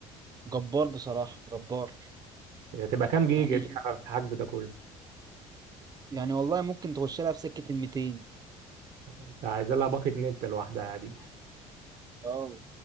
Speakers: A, on the right; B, on the right.
A: جبار بصراحة جبار
B: هي تبقى كام جيجا
A: يعني
B: دي على الحجم ده كله
A: يعني والله ممكن تخش لها في سكة ال 200
B: انت عايز لها باقة نت لوحدها دي
A: اه